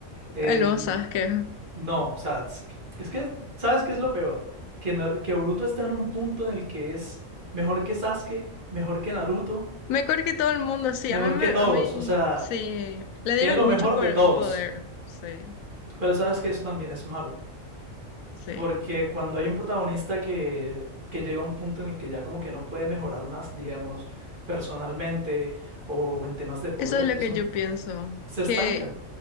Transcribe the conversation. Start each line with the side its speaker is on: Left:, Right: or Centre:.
Right: el...
Left: el nuevo Sasuke.
Right: No, o sea, es que, es que- ¿sabes qué es lo peor? Que, Nar- que Boruto está en un punto en el que es mejor que Sasuke, mejor que Naruto,
Left: Mejor que todo el mundo, sí.
Right: mejor
Left: A mí, me,
Right: que todos,
Left: a mí,
Right: o sea,
Left: sí. Le dieron
Right: tiene lo
Left: mucho
Right: mejor
Left: por-
Right: de todos.
Left: poder, sí,
Right: Pero sabes que eso también es malo,
Left: sí.
Right: Porque cuando hay un protagonista que, que llega a un punto en el que ya como que no puede mejorar más, digamos, personalmente o en temas de poder,
Left: Eso es lo
Right: es
Left: que
Right: un,
Left: yo pienso.
Right: se estanca.
Left: Que